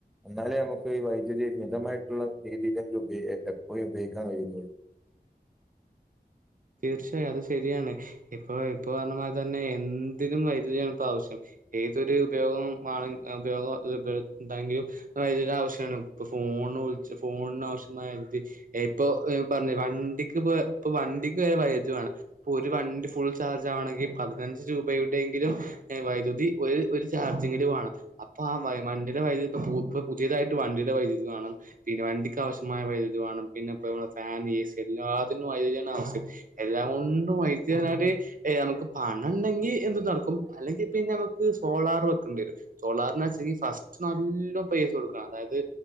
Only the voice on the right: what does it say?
തീർച്ചയായും അത് ശരിയാണ് ഇപ്പൊ ഇപ്പൊ പറഞ്ഞ മാതി തന്നെ എന്തിനും വൈദ്യുതിയാണ് ഇപ്പോ ആവശ്യം ഏതൊരു ഉപയോഗം ഉപയോഗം ഉണ്ടെങ്കിലും വ ആവശ്യമാണ് ഇ ഫോൺ ഒന്ന് വിളിച്ച ഫോണ്ണാവശ്യമായ <unintelligible> ഇപ്പൊ പറഞ്ഞി വണ്ടിക്ക് ഇപ്പൊ ഇപ്പൊ വ വരെ വൈാണ് ഇൊ ഒരു വണ്ടി ഫുൾ ചാർജ് ആണെങ്കിൽ പതിനഞ്ച് രൂപയുടെെങ്കിലും ദ്യുതി ഒര് ഒര് ചാർജെങ്കിലും വാണം അപ്പൊ ആ വഴ വണ്ടിയുടെ വൈദ്യുതി ഇപ്പൊ പു ഇപ്പൊ പുതിയതായിട്ട് വണ്ടിയുടെ വൈദ്യുതി വാണം പിന്നെ വണ്ടിക്ക് ആവശ്യമായ വൈദ്യുതി വാണം പിന്നെപ്പോ നമ്മളെ ഫാൻ ഏ സി എല്ലാത്തിനും വൈദ്യുതി ആണ് ആവിശ്യം എല്ലാം കൊണ്ടും വൈദ്യുത നാട് ഏ നമുക്ക് പണണ്ടെങ്കിൽ എന്തും നടക്കും അല്ലെങ്കിൽ പിന്നെ സോളാർ വെക്കേണ്ടി വരും സോളാറി വെച്ച ഫസ്റ്റ് നല്ല പൈസ കൊടുക്കണം അതായത്